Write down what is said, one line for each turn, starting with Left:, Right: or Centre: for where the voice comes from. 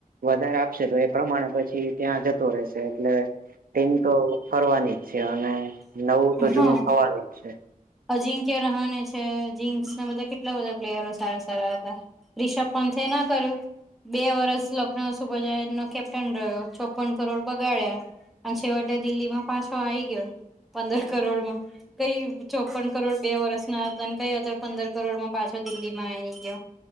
Right: વધારે તો એ પ્રમાણે પછી ત્યાં જતો રહેશે એટલે ટિમ તો ફરવાની જ છે અને નવું તો
Centre: હા.
Right: જૂનું થવાનું જ છે
Centre: અજિંક્ય રહહાને છે જિન્સને બધા કેટલા બધા પ્લેયરો સારા સારા હતા રિષભ પંથે એ ના કર્યું બે વર્ષ લખનઉ સુબજ નો કેપ્ટન રહ્યો ચોપન કરોડ બગાડ્યા અને છેવટે દિલ્હીમાં પાછો આવી ગયો પંદર કરોડમાં કઈ ચોપન કરોડ બે વર્ષ ના હતા અને કયા અજાર પંદર કરોડમાં પાછા દિલ્હી માં આવી ગયા